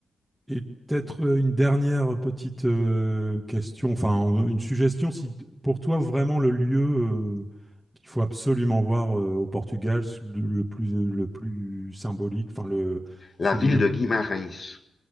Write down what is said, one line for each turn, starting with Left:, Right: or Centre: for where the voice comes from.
Centre: Et peut-être euh, une dernière petite euh, question, enfin euh, une suggestion, si t- pour toi vraiment le lieu euh, qu'il faut absolument voir euh, au Portugal, c- le, le plus euh, le plus symbolique, enfin le
Left: la
Centre: celui
Left: ville
Centre: le
Left: de
Centre: plus.
Left: Guimarães.